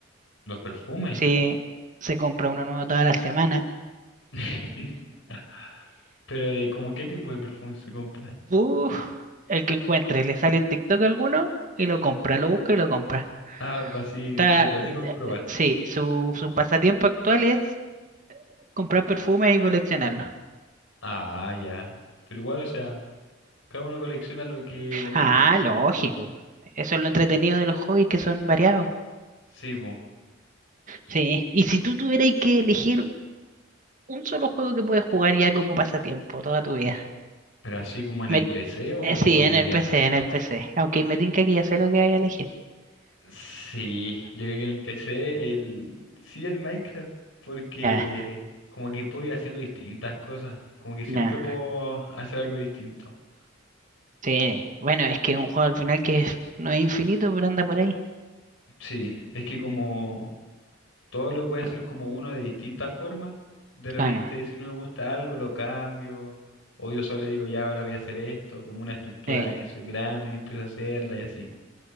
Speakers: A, on the left; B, on the right.
A: Los perfumes.
B: si se compra uno nuevo toda la semana,
A: <laughs> Pero de como qué tipo de perfume se compra.
B: uf, el que encuentre, le sale en TikTok alguno y lo compra, lo busca y lo compra.
A: Ah, así,
B: Está,
A: eh, lo
B: eh,
A: tengo que probar.
B: eh, sí, su, su pasatiempo actual es comprar perfumes y coleccionarlos.
A: Ah, ya. Pero igual, o sea, cada uno colecciona lo que le gusta,
B: Ah,
A: ¿no?
B: lógico. Eso es lo entretenido de los hobbies que son variados.
A: Sí, bo.
B: Sí, y si tú tuvieras que elegir un solo juego que puedes jugar ya como pasatiempo toda tu vida.
A: Pero así como en
B: Me-
A: el PC o
B: eh, sí, en
A: en la
B: el
A: vida
B: PC,
A: real.
B: en el PC. Aunque me tinca que ya sé lo que voy a elegir.
A: Sí, yo creo que en el PC el sí el Minecraft porque
B: Ya,
A: como que puedo ir haciendo distintas cosas, como que siempre
B: ya.
A: puedo hacer algo distinto.
B: Sí, bueno, es que un juego al final que no es infinito, pero anda por ahí.
A: Sí, es que como todo lo puede hacer como uno de distintas formas, de repente
B: Bueno,
A: si no me gusta algo lo cambio o yo solo digo ya ahora voy a hacer esto, como una estructura
B: eh,
A: que sea grande y empiezo a hacerla y así.